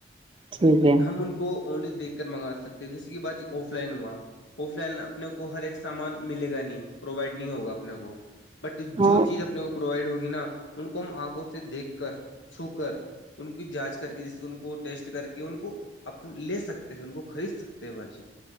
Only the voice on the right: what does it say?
ٹھیک ہے
اور